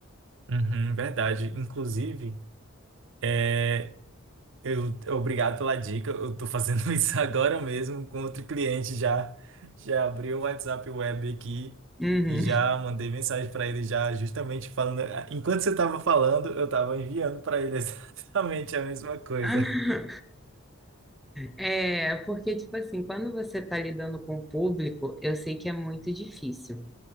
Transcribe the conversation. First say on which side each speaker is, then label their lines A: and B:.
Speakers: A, on the right (about 60°); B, in the centre.
A: Uhum, verdade. Inclusive, é, eu obrigado pela dica. Eu tô fazendo <laughs> isso agora mesmo com outro cliente já. Já abri o WhatsApp Web aqui
B: Uhum.
A: e já mandei mensagem para ele já justamente falando. "Ah, Enquanto você estava falando, eu estava enviando para ele <laughs> exatamente a mesma coisa.
B: <laughs> É, porque, tipo assim, quando você está lidando com o público, eu sei que é muito difícil.